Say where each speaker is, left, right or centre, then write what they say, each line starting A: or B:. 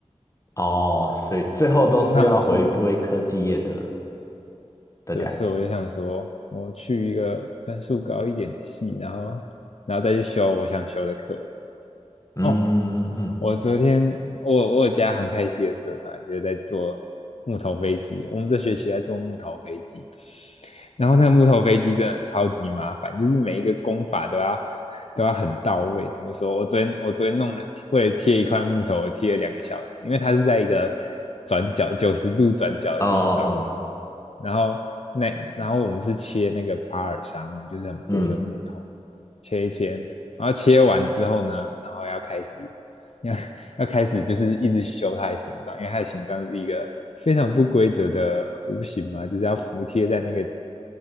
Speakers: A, on the left (about 25°); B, on the left (about 65°).
A: <laughs> 哦，所以最后都是要回归科技业的
B: 就是他们是
A: 的感觉。
B: 对，所以我就想说，我去一个分数高一点的系，然后然后再去修我想修的课。
A: 嗯嗯，
B: 哦，我昨天我我有加航太系的社团，就是在做木头飞机。我们这学期在做木头飞机，然后那个木头飞机真的超级麻烦，就是每一个工法都要都要很到位。怎么说？我昨天我昨天弄了，为了贴一块木头，我贴了两个小时，因为它是在一个转角九十度转角的地方，
A: 哦哦哦，
B: 然后那然后我们是切那个巴尔沙木，就是很薄的木头，
A: 嗯
B: 切一切，然后切完之后呢，然后要开始。要要开始就是一直修它的形状，因为它的形状是一个非常不规则的弧形嘛，就是要服贴在那个